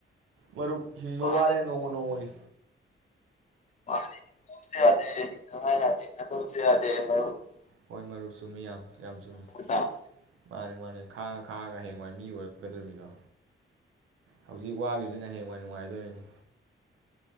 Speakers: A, on the right; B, on the left.
A: ꯃꯔꯨꯞ ꯍꯤꯡꯕ
B: ꯃꯥꯅꯤ
A: ꯋꯥꯔꯦ ꯅꯣꯡꯃ ꯅꯣꯡꯃꯣꯏ
B: ꯃꯥ ꯀ ꯀ ꯑ ꯃ
A: ꯍꯣꯏ ꯃꯔꯨꯞ ꯆꯨꯝꯃꯤ ꯌꯥꯝ ꯌꯥꯝ ꯆꯨꯝꯃꯤ
B: ꯇꯥꯕ
A: ꯃꯥꯅꯤ ꯃꯥꯅꯤ ꯈꯥꯡꯉ ꯈꯥꯡꯉꯒ ꯍꯌꯦꯡꯋꯥꯏ ꯃꯤ ꯑꯣꯏꯔꯛꯀꯗꯧꯅꯤꯗꯣ ꯍꯧꯖꯤꯛ ꯋꯥꯒꯤꯁꯤꯅ ꯍꯌꯦꯋꯥꯏ ꯅꯨꯡꯉꯥꯏꯗꯣꯔꯤꯅꯤ